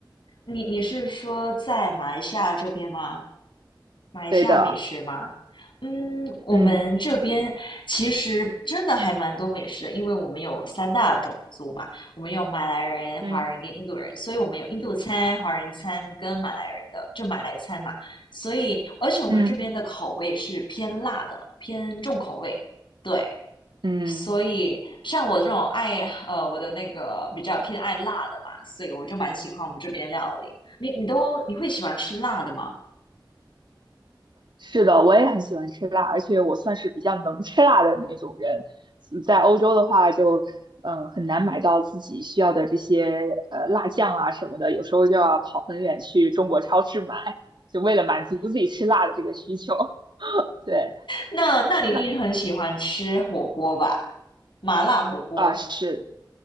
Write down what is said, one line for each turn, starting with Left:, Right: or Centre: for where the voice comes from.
Left: 你你是说在马来西亚这边吗？马来西亚美食吗？
Right: 对的，
Left: 嗯，我们这边其实真的还蛮多美食的，
Right: 嗯
Left: 因为我们有三大种族嘛，我们有马来人、华人跟印度人，
Right: 嗯
Left: 所以我们有印度餐、华人餐跟马来人的，就马来餐嘛。所以，而且我们这边的口味是偏辣的，
Right: 嗯
Left: 偏重口味，对。
Right: 嗯，
Left: 所以，像我这种爱呃我的那个比较偏爱辣的嘛，所以我就蛮喜欢我们这边料理。你你都你会喜欢吃辣的吗？
Right: 是的，我也很喜欢吃辣，而且我算是比较能吃辣的那种人。在欧洲的话就，呃很难买到自己需要的这些呃辣酱啊什么的，有时候就要跑很远去中国超市买，就为了满足自己吃辣的这个需求。<laughs> 对。
Left: 那那你一定很喜欢吃火锅吧？
Right: 那。
Left: 麻辣火锅。
Right: 啊，是